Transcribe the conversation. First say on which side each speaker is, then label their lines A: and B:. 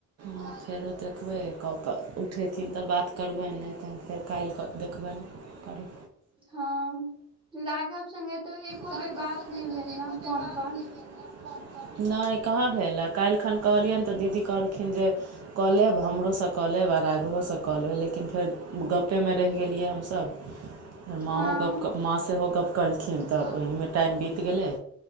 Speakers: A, on the right; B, on the right.
A: ह फेरो देखबै कऽ कऽ उठेथिन तऽ बात करबनि नहि तनि फेर काल्हि कऽ देखबनि। आर।
B: हँ राघव सगे तऽ एको
A: राघव
B: बेर बात
A: संगे
B: नहि
A: तऽ
B: भेल
A: एको
B: हे
A: बेर
B: फोन
A: बात
B: पर।
A: नहि भेल हँ नहि कहाँ भेल हए काल्हि खन कहलियनि तऽ दीदी कहलखिन जे। कऽ लेब हमरोसँ कऽ लेब आओर आगुओसँ कऽ लेब लेकिन फेर गपेमे रहि गेलियै हमस। <unintelligible> फे माँओ
B: हँ
A: गप्प माँ सेहो गप्प कलखिन तऽ ओहीमे टाइम बीत गेलै।